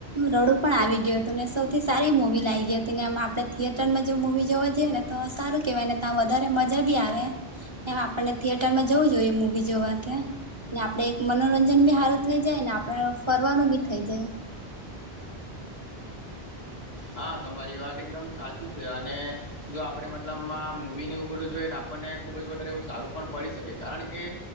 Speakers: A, on the right; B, on the left.
A: રડું પણ આવી ગયું હતું ને સૌથી સારી મુવી લાયગી હતી નેમ આપડે થિયેટરમાં જે મુવી જોવા જીએ ને તો સારું કેવાય ને તા વધારે મજા બી આવે ને આપણને થિયેટરમાં જવું જોઈએ મૂવી જોવાતે ને આપડે એક મનોરંજન બી હારું થઈ જાય ને આપડે ફરવાનું બી થઇ જાય
B: હા તમારી વાત એકદમ સાચી છે, અને જો આપડે મતલબમાં મૂવી ને એવું બધું જોયે ત આપણને ખુબ જ વધારે એવું સારું પણ પડી શકે કારણ કે